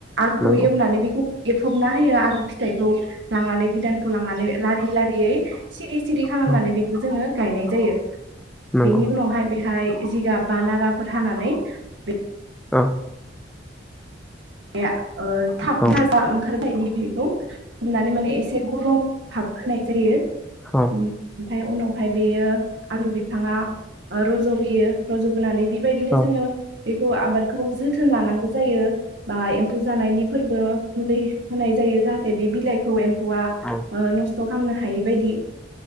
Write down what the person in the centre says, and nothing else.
नंगौ
औ
नंगौ
औ
औ
औ
औ
औ